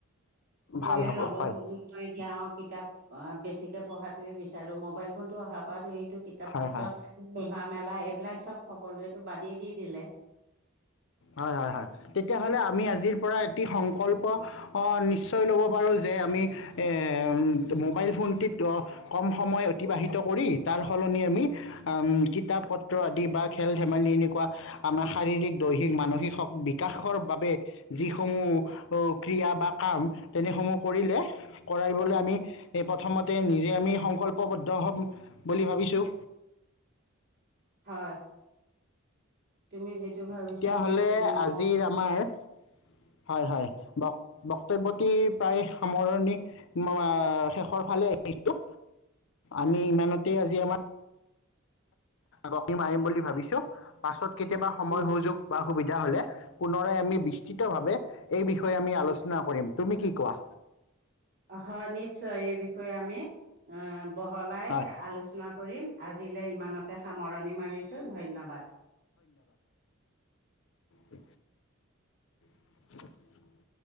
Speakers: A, on the left; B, on the right.
A: ভাল
B: ময়ো
A: হ'ব
B: নব
A: হয়
B: খুছো মই এতিয়া কিতাপ অ বেছিকে পঢ়াতোৱে বিচাৰো, মোবাইল ফোনতো অহাৰ পৰা সটো কিতাপ
A: হয়
B: পত্ৰ
A: হয়
B: পঢ়া মেলা, এইবিলাক চব সকলোৱেতটো বাদিয় দি দিলে।
A: হয় হয় হয় তেতিয়া হ'লে আমি আজিৰ পৰা এটি সংকল্প অ নিশ্চয় ল'ব পাৰো যে আমি এ মোবাইল ফোনটিত কম সময় অতিবাহিত কৰি তাৰ সলনি আমি কিতাপ পত্ৰ আদি বা খেল ধেমালি এনেকুৱা আমাৰ শাৰীৰিক দৈ মানসিক শক বিকাশৰ বাবে যি- সমূহ ক্ৰিয়া বা কাম তেনেসমূহ কৰিলে কৰাইবলৈ
B: উম,
A: আমি এই প্ৰথমতে নিজে আমি সংকল্পবদ্ধ হ'ম বুলি ভাবিছোঁ।
B: হয়, তুমি যিটো ভাবিছা
A: তেতিয়াহ'লে
B: সেইটো নিৰম
A: আজিৰ আমাৰ হয় হয় ব বক্তব্যটি প্ৰায় সামৰণি মৰাৰ শেষৰ ফালে আহিছো আমি ইমানতে আজি আমাৰ মনি মাৰিম বুলি ভাবিছো পাছত কেতিয়াবা সময়
B: উম।
A: সুযোগ বা। সুবিধা হলে পুনৰাই আমি বিস্তৃতভাৱে এই বিষয়ে আমি আলোচনা কৰিম। তুমি কি কোৱা।
B: হয় নিশ্চয় এই বিষয়ে আমি অ বহলাই
A: হয়
B: আলোচনা কৰিম আজিলৈ ইমান। নতে সামৰণি মাৰিছোঁ ধন্যবাদ
A: উ <inaudible>